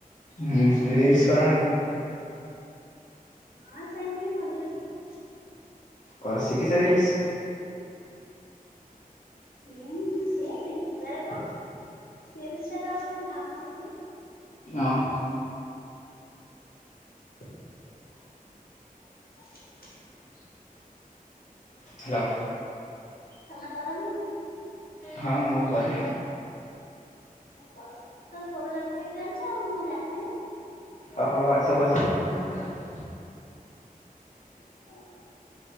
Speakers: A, on the left; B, on the left.
A: ହୁଁ ରିଲ୍ସ କର ନାହିଁ।
B: ହଁ ସେନ୍ତି ମଝିରେ ମଝିରେ।
A: କର ଶିଖିଛ ରିଲସ୍?
B: ହୁଁ ସିଏ ଶିଖିବାରେ କଣ ଅଛି? ସୋ ତ ଗୋଟେ କଣ କାମ ଶିଖି
A: ଓହୋ।
B: <inaudible>
A: ହ୍ୟାଲୋ।
B: କାମ କର କି ନାଇଁ?
A: ହଁ ମୁଁ କରେ।
B: ହଁ ପରେ ତମେ ପୁଅ ପିଲାଟେ ହେଇକି ଜାଣିଛ ମୁଁ ଜାଣିନି ନାହିଁ।
A: ଓ ହଉ <unintelligible>
B: <unintelligible>